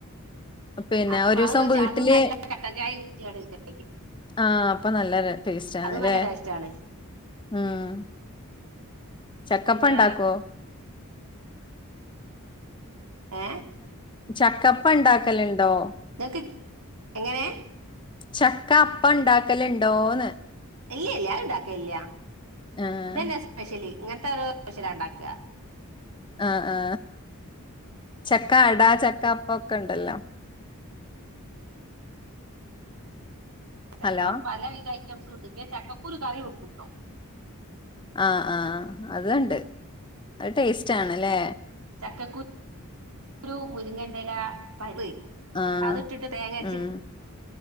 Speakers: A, on the left (about 20°); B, on the right (about 80°).
A: പിന്നെ
B: അപ്പൊ
A: ഒരു ദിവസം
B: അത് വെച്ചാ
A: വീട്ടില്
B: അതും നല്ല കട്ടൻ ചായയും കുടിക്കാണ്
A: ആഹ് അപ്പൊ നല്ല ടേസ്റ്റ് ആണ്
B: അതും
A: അല്ലേ
B: നല്ല ടേസ്റ്റ് ആണ്
A: ഉം ചക്കപ്പം
B: പിന്നെ
A: ഉണ്ടാക്കോ?
B: വേറെ ഏ
A: ചക്കപ്പം ണ്ടാക്കലുണ്ടോ?
B: ങ്ങക്ക് എങ്ങനെ?
A: ചക്ക അപ്പംഉണ്ടാക്കലുണ്ടോന്ന്?
B: ഇല്ല്യല്ല അത്ണ്ടാക്കലില്ല
A: ആഹ്
B: ഇതന്നെ സ്പെഷല് ഇങ്ങൻത്തെ ഓരോ സ്പെഷ്യലാ ഇണ്ടാക്കാ
A: ആ ആ ചക്ക അടാ ചക്ക അപ്പം ഒക്കെ ഇണ്ടല്ലോ
B: ചക്ക
A: ഹലോ
B: പലവിധ ഐ റ്റം സൂണ്ട് <unintelligible> ചക്ക കുരു കറിവെക്കൂട്ടോ.
A: ആ ആ അത്ണ്ട് അത് ടേസ്റ്റ് ആണ് ല്ലേ.
B: ചക്കക്കു കുരു മുരിങ്ങൻ്റെല പരിപ്പ്
A: ആഹ്
B: അതിട്ടിട്ട് തേങ്ങരച്ച്
A: ഉം